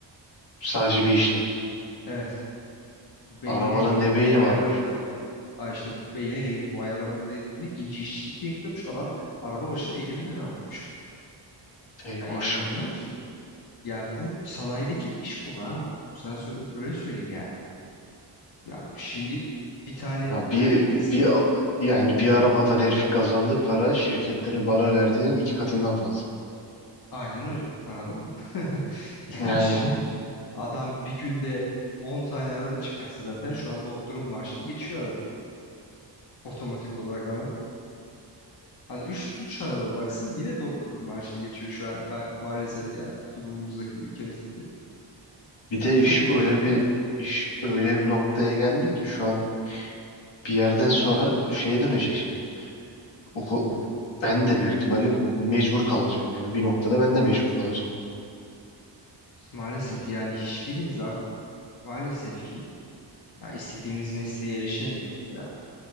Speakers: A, on the left; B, on the left.
A: Sadece bir işlem.
B: Evet. bu beynine
A: Arabanın
B: girmek,
A: ne beyni
B: bu ayarlamaları
A: varmış ya.
B: yapmak, Aa işte beyine girmek, bu ayarlamaları yapabilmek ince işçilik gerekiyormuş. Adam araba başına 50 bin lira alıyormuş.
A: Ey
B: Ya
A: maşallah.
B: inanabiliyor musun? Ya bu sanayideki bir iş kolu ha. Bunu sana sö- öyle söyleyeyim yani. Ya şimdi bir tane
A: Ha,
B: mühendis
A: bir, bir, yani bir arabadan herifin kazandığı para şirketlerin bana önerdiğinin iki katından fazla.
B: aynen öyle. Anladın mı? <laughs> Yani
A: Yani
B: şimdi adam bir günde 10 tane araba çıkarsa zaten şu an doktorun maaşını geçiyor adam. Otomatik olarak Hani üç üç araba baksa yine doktorun maaşını geçiyor şu an ma- maalesef yani durumumuzdaki ülkemizdeki.
A: bir
B: Ya
A: de
B: çok
A: iş
B: üzücü
A: öyle
B: ya.
A: bir iş öyle bir noktaya geldi ki şu an bir yerden sonra şeye dönecek şimdi. O, o- ben de büyük ihtimalle mecbur kalacağım yani bir noktada ben de mecbur kalacağım ona.
B: Maalesef yani hiçbirimiz artık maalesef ki ya istediğimiz mesleğe erişemiyoruz ya.